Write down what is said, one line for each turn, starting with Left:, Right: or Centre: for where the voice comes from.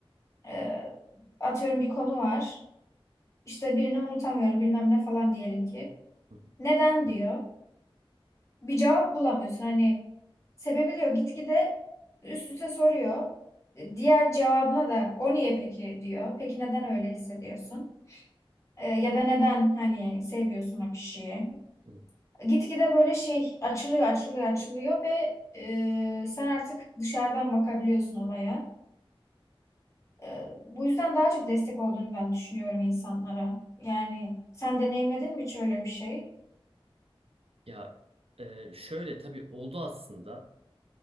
Left: Ee, atıyorum bir konu var. İşte birini unutamıyorum bilmem ne falan diyelim ki.
Right: hı
Left: Neden diyor. Bir cevap bulamıyorsun. Hani sebebi diyor gitgide üst üste soruyor. E, Diğer cevabına da o niye peki diyor. Peki neden öyle hissediyorsun? Ee, ya da neden hani seviyorsun o kişiyi?
Right: hı, hı.
Left: Gitgide böyle şey açılıyor, açılıyor, açılıyor ve e, sen artık dışarıdan bakabiliyorsun olaya. E, bu yüzden daha çok destek olduğunu ben düşünüyorum insanlara. Yani sen deneyimledin mi hiç öyle bir şey?
Right: Ya e, şöyle tabii oldu aslında